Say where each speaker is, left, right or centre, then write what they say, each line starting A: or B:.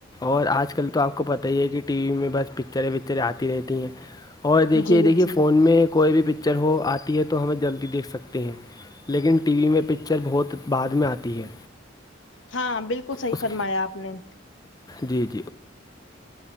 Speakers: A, on the left; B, on the left.
A: اور آج کل تو آپ کو پتا ہی ہے کہ ٹی وی میں بس پکچریں وکچریں آتی رہتی ہیں اور دیکھیے
B: جی
A: دیکھیے
B: جی
A: فون میں کوئی بھی پکچر ہو آتی ہے تو ہمیں جلدی دیکھ سکتے ہیں لیکن ٹی وی میں پکچر بہت بعد میں آتی تی ہے
B: ہاں بالکل صحیح
A: اس
B: فرمایا آپ نے
A: جی جی